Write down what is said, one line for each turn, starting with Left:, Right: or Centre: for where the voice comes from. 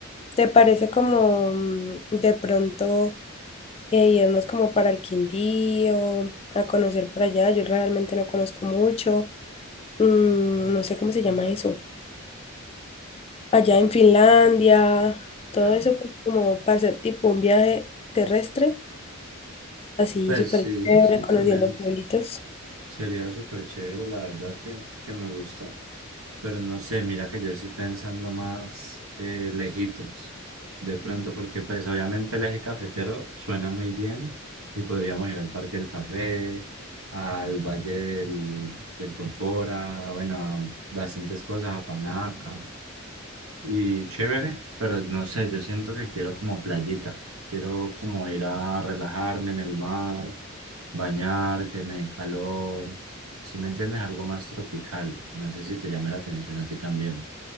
Left: ¿te parece como mm, de pronto eh, irnos como para el Quindío, a conocer por allá? Yo realmente no conozco mucho, Mm, no sé cómo se llama eso. Allá en Finlandia, todo
Right: Ya.
Left: eso pues como para hacer tipo un viaje terrestre. así
Right: Pues
Left: súper
Right: sí,
Left: chévere,
Right: sí,
Left: conociendo
Right: también
Left: pueblitos.
Right: sería súper chévere, la verdad que, que me gusta. Pero no sé, mira que yo estoy pensando más eh, lejitos, de pronto, porque pues obviamente el eje cafetero suena muy bien y podríamos ir al Parque del Café, al Valle del, del Cocora, bueno, a bastantes cosas, a Panaca. Y chévere, pero no sé, yo siento que quiero como playita, quiero como ir a relajarme en el mar, bañar, que me dé calor, si me entiendes, algo más tropical, no sé si te llame la atención a ti también.